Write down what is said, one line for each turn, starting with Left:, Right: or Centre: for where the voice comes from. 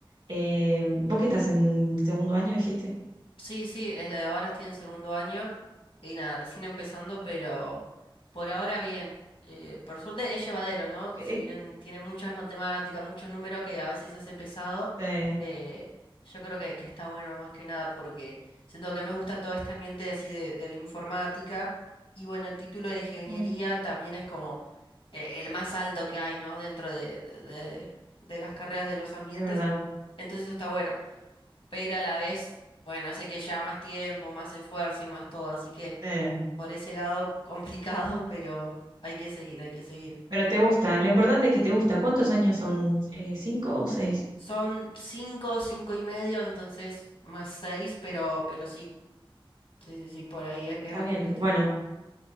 Right: Eh, vos que estás en segundo año, dijiste.
Left: Sí, sí, es de- ahora estoy en segundo año y nada, recién empezando, pero por ahora bien. Eh, por suerte es llevadero, ¿no?
Right: Eh,
Left: Si bien tiene muchas matemáticas, muchos números que a veces se hace pesado,
Right: Sí,
Left: eh, yo creo que, que está bueno más que nada porque siento que me gusta todo este ambiente así de, de la informática y bueno, el título de ingeniería
Right: Mm,
Left: también es como eh, el más alto que hay, ¿no? Dentro de, de de- de las carreras de los ambientes,
Right: es verdad.
Left: entonces eso está bueno pero a la vez, bueno, es el que lleva más tiempo, más esfuerzo y más todo, así que
Right: Sí.
Left: por ese lado complicado, <laughs> pero hay que seguir, hay que seguir.
Right: Pero te gusta. Lo importante es que te gusta. ¿Cuántos años son?
Left: Sí.
Right: Eh, ¿cinco o seis?
Left: Son cinco, cinco y medio, entonces más seis, pero, pero sí, sí, sí, sí, por ahí es, es
Right: Está
Left: bastante
Right: bien.
Left: tiempo.
Right: Bueno.